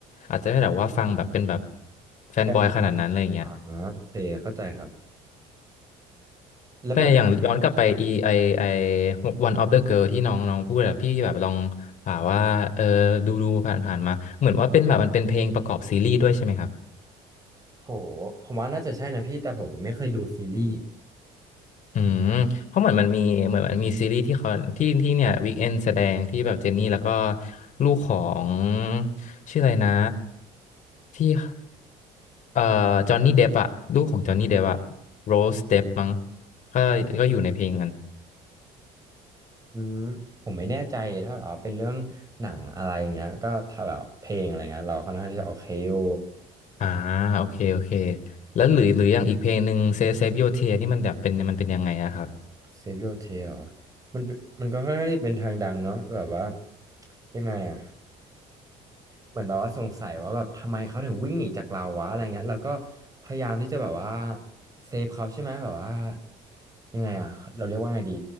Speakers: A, on the left; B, on the right.
A: อาจจะไม่ได้แบบว่าฟังแบบเป็นแบบแฟนบอยขนาดนั้นอะไรอย่างเงี้ย
B: แตอ่าโอเคเข้าใจครับแล้วแบบ
A: แต่อย่างย้อนกลับไปอีไอไอ One of the Girl ที่น้องน้องพูดอะพี่แบบลองอ่าว่าเออดูดูผ่านผ่านมาเหมือนว่าเป็นแบบมันเป็นเพลงประกอบซีรีส์ด้วยใช่ไหมครับ
B: โหผมว่าน่าจะใช่นะพี่แต่ผมไม่เคยดูซีรีส์
A: อืมเพราะเหมือนมันมีเหมือนมันมีซีรีส์ที่เขาที่ที่เนี่ยวีคเอนแสดงที่แบบเจนนี่แล้วก็ลูกของชื่ออะไรนะที่เอ่อจอห์นนี่เดปอะลูกของจอห์นนี่เดปอะโรสเดปมั้งก็ก็อยู่ในเพลงกัน
B: อืมผมไม่แน่ใจถ้าแบบว่าเป็นเรื่องหนังอะไรอย่างเงี้ยก็ถ้าแบบเพลงอะไรเงี้ยเราค่อนข้างที่จะโอเคอยู่
A: อ่าโอเคโอเคแล้วหรือหรืออย่างอีกเพลงหนึ่งเซเซฟโยเทนี่มันแบบเป็นมันเป็นยังไงอะครับ
B: Save Your Tail เหรอมันเป็นมันก็ค่อนข้างที่เป็นทางดังเนาะแบบว่ายังไงอะ เหมือนแบบว่าสงสัยว่าแบบทำไมเขาถึงวิ่งหนีจากเราวะอะไรเงี้ยเราก็พยายามที่จะแบบว่าเซฟเขาใช่ไหมแบบว่ายังไงอะเราเรียกว่าไงดี